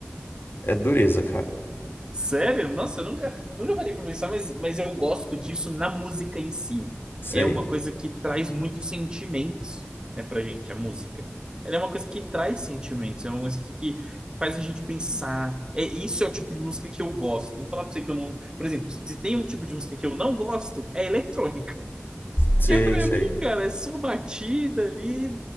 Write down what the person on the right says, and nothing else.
Sério? Nossa, eu nunca, nunca parei pra pensar, mas, mas eu gosto disso na música em si.
É uma coisa que traz muitos sentimentos, é pra gente, a música. Ela é uma coisa que traz sentimentos, é uma coisa que, que faz a gente pensar. É, isso é o tipo de música que eu gosto. Vou falar pra você que eu não. Por exemplo, se tem um tipo de música que eu não gosto, é eletrônica.
Que é pra
mim, cara, é só batida ali.